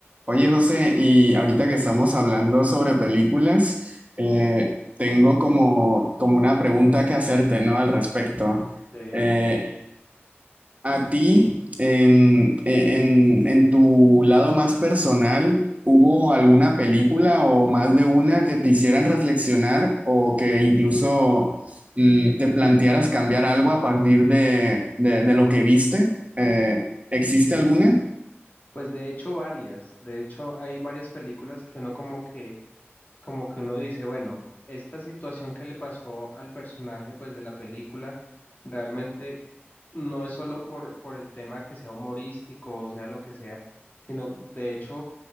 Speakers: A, on the right; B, on the left.
A: Oye, José, y ahorita que estamos hablando sobre películas, eh, tengo como, como una pregunta que hacerte, ¿no? Al respecto.
B: Sí,
A: Eh, a ti, en, en, en tu lado más personal, ¿hubo alguna película o más de una que te hicieran reflexionar o que incluso mm, te plantearas cambiar algo a partir de, de, de lo que viste? Eh, ¿existe alguna?
B: pues de hecho varias, de hecho hay varias películas que uno como que, como que uno dice, bueno, esta situación que le pasó al personaje pues de la película realmente no es solo por, por el tema que sea humorístico o sea lo que sea, sino de hecho,